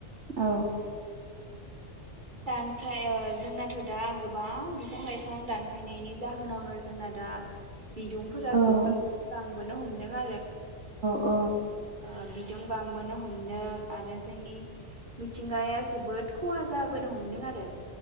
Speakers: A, on the right (about 70°); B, on the right (about 40°).
A: औ
B: दानफाय जोंनाथ' दा गोबां बिफां लाइफां दानफायनायनि जाहोनावनो जोंना दा बिदुंफोरा
A: औ
B: जोब हमगोना हमला
A: औ
B: ओ बिदुं बांबोनो हमदों आरो जोंनि मिथिंगाया जोबोद खहा जाबोनो हमदों आरो